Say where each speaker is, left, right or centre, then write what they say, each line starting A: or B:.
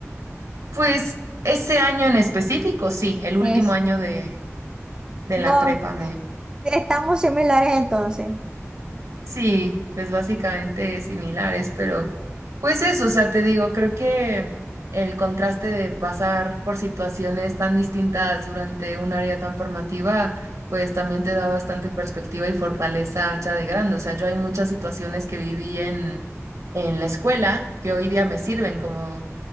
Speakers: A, on the right; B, on the right.
A: Pues ese año en específico, sí, el último
B: Es,
A: año de, de
B: go,
A: la prepa
B: estamos similares entonces.
A: Sí, pues básicamente similares, pero pues eso, o sea, te digo, creo que el contraste de pasar por situaciones tan distintas durante un área tan formativa, pues también te da bastante perspectiva y fortaleza ya de grande. O sea, yo hay muchas situaciones que viví en, en la escuela que hoy día me sirven, como,